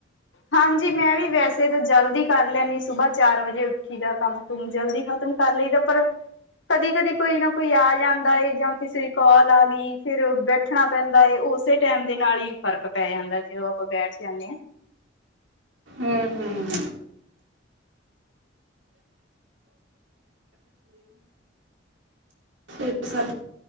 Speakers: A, on the left; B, on the right.
A: ਹਾਂਜੀ, ਮੈਂ ਵੀ ਵੈਸੇ ਤਾਂ ਜਲਦੀ ਹੀ ਕਰ ਲੈਂਦੀ ਸੁਬਾਹ ਚਾਰ ਵਜੇ ਉੱਠੀ ਦਾ, ਕੰਮ ਕੰਮ ਜਲਦੀ ਖ਼ਤਮ ਕਰ ਲਈਦਾ, ਪਰ ਕਦੀ- ਕਦੀ ਕੋਈ ਨਾ ਕੋਈ ਆ ਜਾਂਦਾ ਜਾਂ ਕਿਸੇ ਦੀ ਕੋਾਲ ਆ ਗਈ, ਫੇਰ ਬੈਠ ਉੱਠਣਾ ਪੈਂਦਾ ਹੈ, ਉਸੇ ਟੈਮ ਦੇ ਨਾਲ ਹੀ ਫ਼ਰਕ ਪੈ ਜਾਂਦਾ ਜਦੋਂ ਆਪਾਂ ਬੈਠ ਜਾਂਦੇ ਹਾਂ।
B: ਹਮ- ਹਮ। ਅਤੇ ਸਾ